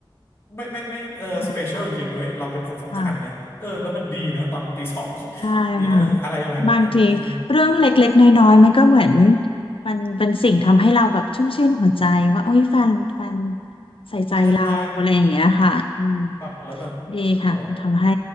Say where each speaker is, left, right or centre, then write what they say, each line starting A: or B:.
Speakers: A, on the left; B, on the left.
A: ไม่ไม่ไม่เออสเปเชียลจริงๆเว้ยเราเป็นคนสำคัญนะเออแล้วมันดีนะตอนตีสอง
B: อ่าค่ะ ใช่ค่ะ
A: <laughs> เอออะไรประมาณเนี้ยเออ
B: บางทีเรื่องเล็กๆน้อยๆมันก็เหมือนมันเป็นสิ่งทำให้เราแบบชุ่มชื่นหัวใจว่าโอ้ยแฟนแฟนใส่ใจเราอะไรอย่างเงี้ยค่ะอืม
A: ใช่ไหม ฟังแล้วแบบ
B: ดีค่ะมันทำให้
A: อ๋อ